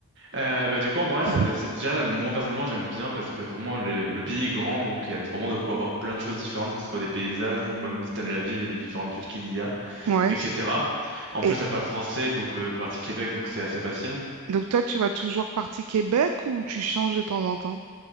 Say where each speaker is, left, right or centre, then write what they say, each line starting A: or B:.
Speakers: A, on the right; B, on the right.
A: Euh, bah du coup en vrai
B: <clears throat>
A: ça, te- ça déjà moi personnellement j'aime bien parce que vraiment le, le pays est grand donc il y a vraiment de quoi voir plein de choses différentes que ce soit des paysages ou même si t'aimes la ville les différentes villes qu'il y a
B: Ouais.
A: etc. En
B: Et
A: plus ça parle français donc euh, partie Québec donc c'est assez facile.
B: Donc toi, tu vas toujours partie Québec ou tu changes de temps en temps?